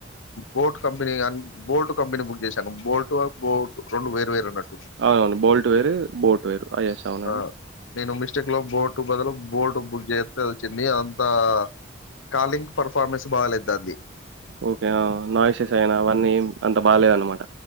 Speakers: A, on the left; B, on the right.
A: బోట్ కంపెనీ అ బోటు కంపెనీ బుక్ చేశాను బోటు బోటు రెండు వేరువేరు ఉన్నట్టు
B: అవునవును బోల్ట్ వేరు బోట్ వేరు అస్ అవునండి
A: ఆ నేను లో బోర్టు బదులు బోల్ట్ బుక్ చేస్తేచ్చింది అదంతా కాలింగ్ పర్ఫార్మెన్స్ బాగాలేదు అడి
B: ఓకేనా నాయిసెస్ అయినా అవన్నీ అంత బాగాలేద అనమాట